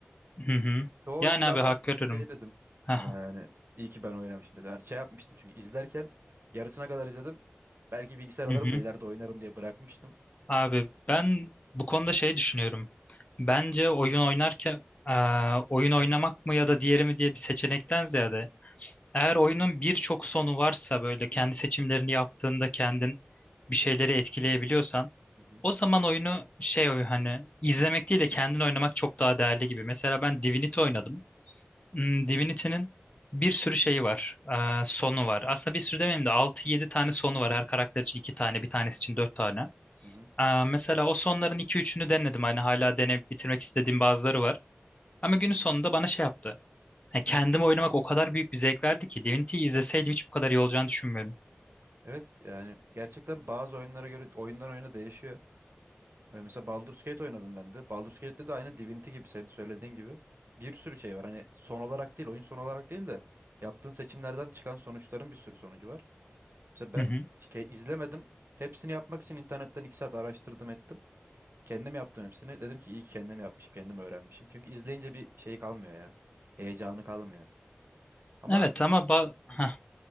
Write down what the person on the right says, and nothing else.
Çoğu
oyunda
ama
şey dedim.
Ama yani iyi ki ben oynamışım dedim. Yani şey yapmıştım çünkü izlerken yarısına kadar izledim. Belki bilgisayar alırım
da ileride oynarım diye bırakmıştım.
Hı hı.
Hı hı.
Evet yani gerçekten bazı oyunlara göre oyundan oyuna değişiyor. Ben mesela Baldur's Gate oynadım ben de. Baldur's Gate'de de aynı Divinity gibi senin söylediğin gibi bir sürü şey var. Hani son olarak değil, oyun son olarak değil de yaptığın seçimlerden çıkan sonuçların bir sürü sonucu var. Mesela ben
hiç ke- izlemedim. Hepsini yapmak için internetten iki saat araştırdım ettim. Kendim yaptım hepsini. Dedim ki iyi ki kendim yapmışım, kendim öğrenmişim. Çünkü izleyince bir şey kalmıyor ya. Heyecanı kalmıyor. Ama
hı hı,